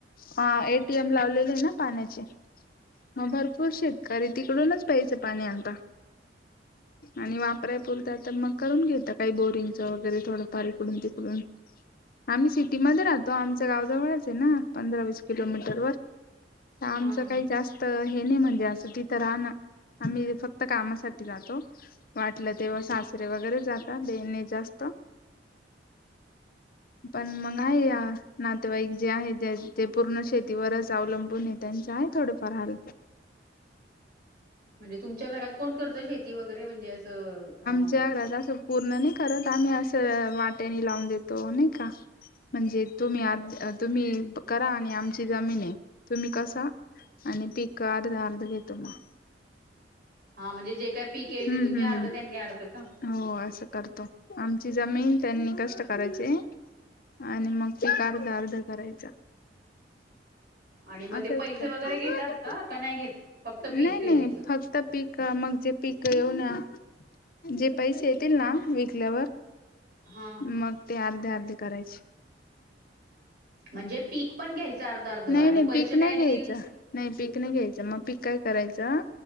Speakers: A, on the left; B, on the right.
A: हा ए टी एम लावलेले ना पाण्याचे. मग भरपूर शेतकरी तिकडूनचं प्यायचं पाणी आणतात. आणि वापरायपुरतं तर मग करून घेता काही बोरिंगचं वगैरे थोडं फार इकडून तिक डून. आम्ही सिटीमध्ये राहतो. आमचं गाव जवळच आहे ना, पंधरा वीस किलोमीटर वर. त आमचं
B: हां हां
A: काही जास्त हे नाही म्हणजे असं तिथं राहणं. आम्ही फक्त कामासाठी जातो. वाटलं तेव्हा सासरे वगैरे जातात देणे जास्त पण मग आहे नातेवाईक जे आहे ते जे पूर्ण शेतीवरच अवलंबून आहे, त्यांचं आहे थोडं फार हार
B: म्हणजे तुमच्या घरात कोण करत शेती वगरे म्हणजे अस अ?
A: आमच्या घरात असं पूर्ण नाही करत, आम्ही असं वाट्यानी लावून देतो नाही का? म्हणजे तुम्ही आ तुम्ही करा आणि आमची जमीन आहे तुम्ही कसा आणि पिकं अर्ध अर्ध घेतो मग.
B: हा म्हणजे जे काय पीक येईल
A: हम्म
B: ते, तुम्ही
A: हम्म
B: अर्ध त्यांनी अर्ध का?
A: हो असं करतो. आमची जमीन त्यांनी कष्ट करायचे आणि मग पिकं अर्ध अर्ध करायचा.
B: आणि मग
A: असचं
B: ते पैसे
A: करतो.
B: वगैरे घेतात का? का नाही घेत? फक्त पीक
A: नाही
B: घ्यायचं?
A: नाही फक् त पिक मग जे पिकं येऊ ना जे पैसे येतील ना विकल्यावर
B: हा.
A: मग ते अर्धे अर्धे करायचे.
B: म्हणजे पीक पण घ्यायचं अर्ध अर्ध आणि
A: नाही नाही
B: पैसे
A: पीक
B: काय
A: नाही
B: येतील.
A: घ्यायचं नाही पीक नाही घ्यायचं. मग पीक काय करायचं